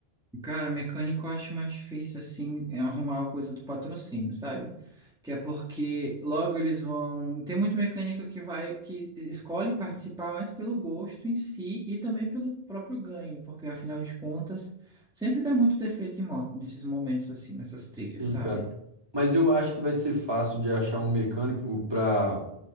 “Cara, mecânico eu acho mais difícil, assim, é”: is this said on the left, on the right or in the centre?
Centre